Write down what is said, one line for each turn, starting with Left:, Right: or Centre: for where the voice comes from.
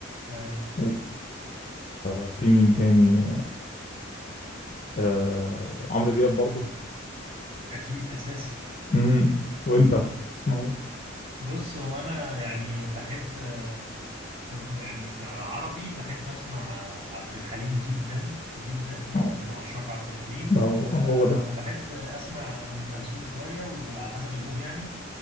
Right: ايوه
Left: و- وفي مين تاني آه عمرو دياب برضو
Right: اكيد اساسي
Left: امم وانت تسمع ايه
Right: بص هو انا يعني بحب آه، في م- يعني كعربي بحب اسمع عبد الحليم جدا جدا
Left: آه،
Right: من عشاق عبد الحليم
Left: هو
Right: و-
Left: هو ده
Right: وبحب اسمع ام كلثوم شويه وعلى حسب المود يعني